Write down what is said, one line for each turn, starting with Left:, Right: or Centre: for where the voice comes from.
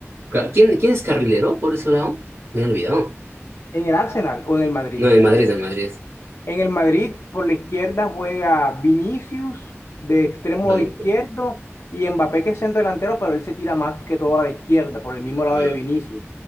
Right: Ca- ¿Quién, quién es carrilero por ese lado? Me he olvidado.
Left: ¿En el Arsenal o en el Madrid?
Right: No, en Madrid, en Madrid.
Left: En el Madrid por la izquierda juega Vinicius de extremo
Right: Bueno,
Left: izquierdo y Mbappé que es centro delantero, pero él se tira más que todo a la izquierda, por el mismo lado
Right: mm.
Left: de Vinicius.